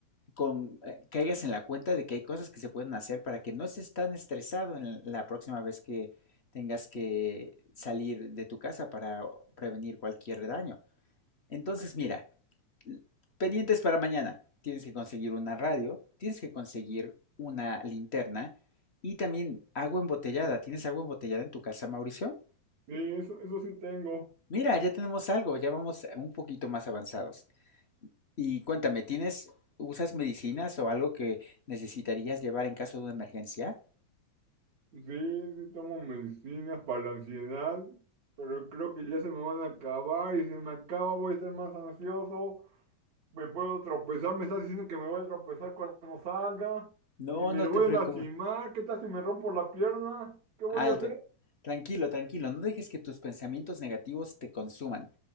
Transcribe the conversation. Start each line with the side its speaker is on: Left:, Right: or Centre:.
Left: con, eh, caigas en la cuenta de que hay cosas que se pueden hacer para que no estés tan estresado en la próxima vez que tengas que salir de tu casa para prevenir cualquier daño. Entonces, mira, pendientes para mañana. Tienes que conseguir una radio, tienes que conseguir una linterna y también agua embotellada. ¿Tienes agua embotellada en tu casa, Mauricio?
Right: Sí, eso, eso sí tengo.
Left: Mira, ya tenemos algo, ya vamos un poquito más avanzados. Y cuéntame, ¿tienes, usas medicinas o algo que necesitarías llevar en caso de una emergencia?
Right: Sí, sí tomo medicinas para la ansiedad, pero creo que ya se me van a acabar y si me acaba voy a estar más ansioso, me puedo tropezar, me estás diciendo que me voy a tropezar cuando salga
Left: No,
Right: y me
Left: no
Right: voy
Left: te preocupes.
Right: a lastimar, ¿qué tal si me rompo la pierna? ¿Qué voy
Left: Alto.
Right: a hacer?
Left: Tranquilo, tranquilo, no dejes que tus pensamientos negativos te consuman.